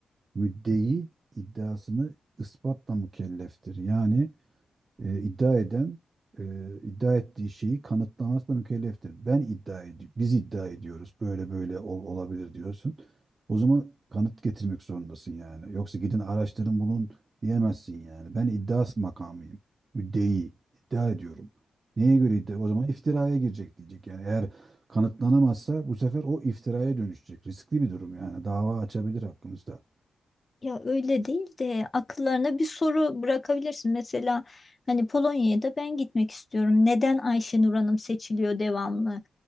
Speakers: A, on the right (about 35°); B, on the left (about 30°).
A: müddei iddiasını ispatla mükelleftir. Yani e, iddia eden e, iddia ettiği şeyi kanıtlamakla mükelleftir. Ben iddia ediyorum, biz iddia ediyoruz. Böyle böyle ol- olabilir diyorsun. O zaman kanıt getirmek zorundasın yani. Yoksa gidin araştırın bulun diyemezsin yani. Ben iddia makamıyım. Müddei iddia ediyorum. Neye göre iddia? O zaman iftiraya girecek diyecek. Yani eğer kanıtlanamazsa bu sefer o iftiraya dönüşecek. Riskli bir durum yani. Dava açabilir hakkımızda.
B: Ya öyle değil de akıllarına bir soru bırakabilirsin. Mesela hani Polonya'ya da ben gitmek istiyorum. Neden Ayşenur Hanım seçiliyor devamlı?